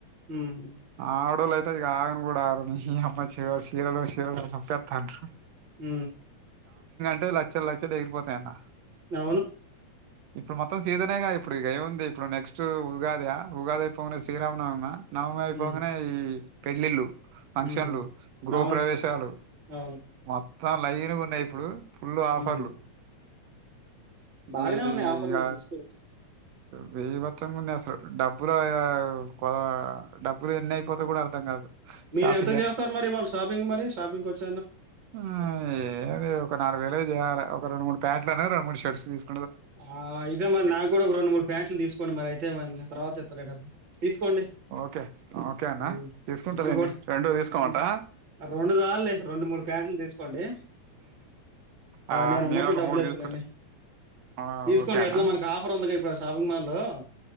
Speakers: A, on the right (about 40°); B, on the right (about 70°).
A: హ్మ్.
B: ఆడోల్లు అత్తాయి ఆగను కూడా ఆగరు ఈ అమ్మాయి చీరలో చీరలు అంటారు. తేత్తంట్రు
A: ఊ
B: అంతే లక్షలు లక్షడు ఎగిరిపోతయాన్న
A: అవును
B: ఇప్పుడు మొత్తం సీజనేగా ఇప్పుడు ఇక ఏముంది ఇప్పుడు నెక్స్ట్ ఉగాద ఉగాది పోను శ్రీరామనవమిమ నవమి అయిపోగానే
A: హ్మ్.
B: ఈ పెళ్ళిళ్ళు ఫంక్షన్లు
A: హ్మ్.
B: గృహ
A: అవును.
B: ప్రవేశాలు
A: అవును
B: త్తం లైన్గా ఉన్నాయి ఇప్పుడు ఫుల్లు ఆఫర్లు
A: హ్మ్. బాగానే
B: ఈ
A: ఉన్నాయి ఆఫర్‌లో
B: ఇక
A: తీసుకోవచ్చు.
B: బీభత్సంగా ఉన్నాయ్ అసలు డబ్బులు ఎ ఎ కోదా డబ్బులు ఎన్ని అయిపోతే కూడా అర్థం కాదు
A: మీరు
B: షాపింగ్
A: ఎంత చేస్తారు మరి వాళ్ళ షాపింగ్ మరి షాపింగ్కి వచ్చి
B: ఊ ఏది ఒక నాలుగు ఐదు ఒక అర రెండూ మూడు పాంట్స్ రెండు మూడు షర్స్ తీసు
A: ఆ ఇదే మరి నాకు కూడా ఒక రెండు మూడు ప్యాంట్లు తీసుకోండి మరి అయితే తర్వాత ఇత్తలే డబ్బులు తీసుకోండి
B: ఓకే ఓకే అన్న
A: ఊ
B: తీసుకుంటాలేండి
A: ఇప్పుడు కూడా
B: రెండు తీసుకోమంటా
A: థిస్ ఆ రెండు చాలాలలే రెండు మూడు ప్యాంట్లు తీసుకోండి
B: ఆ
A: నేను ఉన్నప్పుడు
B: ఒక
A: డబ్బులు
B: మూడు
A: ఇస్తా
B: తీసుకుంటా
A: లేండి
B: ఆ
A: తీసుకోండి
B: ఓకే అన్న
A: ఎట్లా మనకి ఆఫర్ ఉంది ఇప్పుడు ఆ షాపింగ్ మాల్ హలో